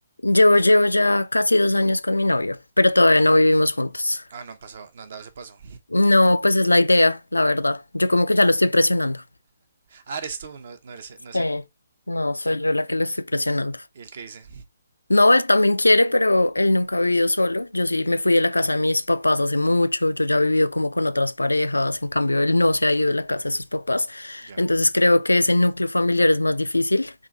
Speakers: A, on the left; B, on the right.
A: Llevo, llevo ya casi dos años con mi novio, pero todavía no vivimos juntos.
B: Ah, no han pasado, no han dado ese paso.
A: No, pues es la idea, la verdad. Yo como que ya lo estoy presionando.
B: Ah, eres tú, no, no eres,
A: Sí,
B: no es él.
A: no, soy yo la que lo estoy presionando.
B: ¿Y el que dice?
A: No, él también quiere, pero él nunca ha vivido solo. Yo sí me fui de la casa de mis papás hace mucho, yo ya he vivido como con otras parejas, en cambio él no se ha ido de la casa de sus papás.
B: Ya.
A: Entonces creo que ese núcleo familiar es más difícil,